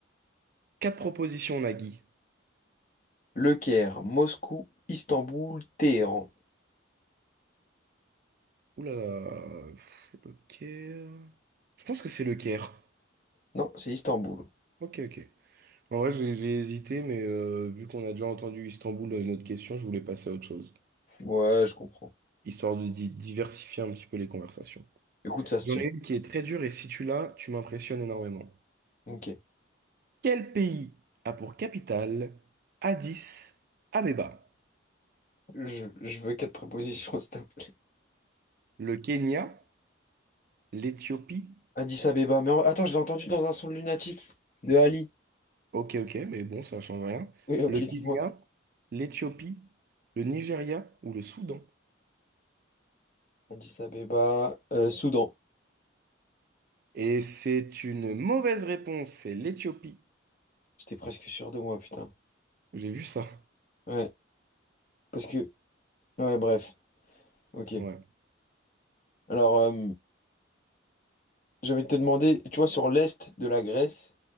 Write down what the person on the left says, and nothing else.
Le Caire, Moscou, Istanbul, Téhéran.
Non, c'est Istanbul.
Ouais, je comprends.
Écoute, ça se
tient.
Ok.
Je, je veux quatre prépositions, <laughs> s'il te plaît.
Addis Abeba, mais en- attends, je l'ai entendu dans un son de lunatique de Ali.
Oui, ok,
dis-moi.
Addis Abeba, euh, Soudan.
J'étais presque sûr de moi, putain.
Ouais, parce que... Ouais, bref. Ok.
Alors, euh, j'avais te demander, tu vois, sur l'est de la Grèce,